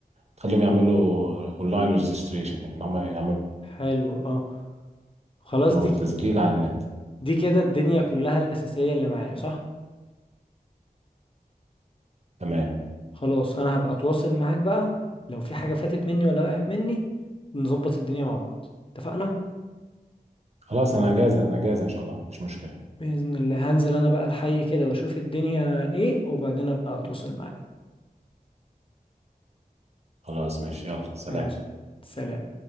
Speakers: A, on the right; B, on the left.
A: تخليهم يعملوا اونلاين ريجستريشن ان هم يعملوا
B: حلو اه خلاص
A: له
B: دي
A: تسجيل على النت
B: دي كده الدنيا كلها الاساسيه اللي معايا صح
A: تمام
B: خلاص انا هبقى اتواصل معاك بقى لو في حاجه فاتت مني ولا وقعت مني نظبط الدنيا مع بعض اتفقنا
A: خلاص انا جاهزة انا جاهزة ان شاء الله مفيش مشكلة
B: بإذن الله هنزل أنا بقى الحي كده وأشوف الدنيا إيه وبعدين أبقى أتواصل معاك
A: خلاص ماشي يلا سلام
B: ماشي سلام